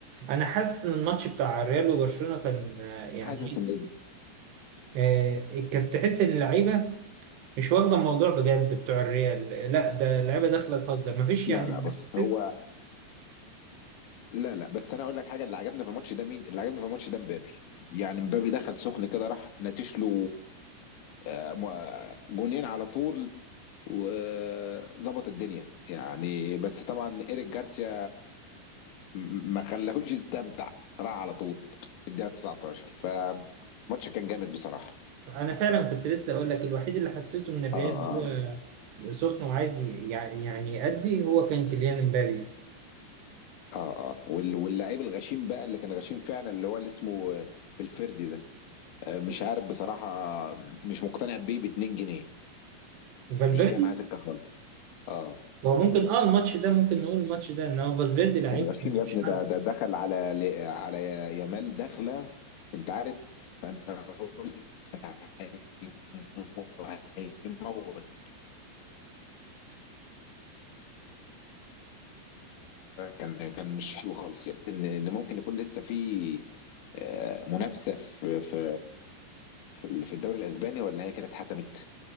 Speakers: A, on the right; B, on the left.
A: انا حاسس ان الماتش بتاع الريال وبرشلونة كان آه، يعني
B: حاسس ان
A: إيه، آه، كانت تحس ان اللعيبه مش واخده الموضوع بجد بتوع الريال لا ده اللعيبه داخله تهزر مفيش
B: لا
A: يعني
B: لا بص
A: حسيت
B: هو لا لا بس انا اقول لك حاجه اللي عجبني في الماتش ده مين اللي عجبني في الماتش ده مبابي يعني مبابي دخل سخن كده راح نتش له آه، مو- جونين على طول وظبط الدنيا يعني بس طبعا ايريك جارسيا م- ما خلاهوش يستمتع راح على طول في الدقيقه 19 فماتش كان جامد بصراحه
A: انا فعلا كنت لسه اقول لك الوحيد اللي حسيته ان الريال
B: اه اه
A: هو سخن وعايز ي- يعني يعني يأدي هو كان كيليان امبابي يعني
B: اه اه وال- واللعيب الغشيم بقى اللي كان غشيم فعلا اللي هو اللي اسمه آه، في الفردي ده آه، مش عارف بصراحه آه، مش مقتنع بيه ب 2 جنيه
A: فالفيردي
B: مش جاي معاه سكه خالص اه
A: هو ممكن اه الماتش ده ممكن نقول الماتش ده ان هو فالفيردي لعيب
B: كان غشيم يا
A: مفيش
B: ابني
A: حل
B: ده ده دخل على ل- على يامال دخله انت عارف انا قلت هيمو- هيموت كان كان مش حلو خالص يعني ان ان ممكن يكون لسه في آه، منافسه في في في ال- في الدوري الاسباني ولا هي كده اتحسمت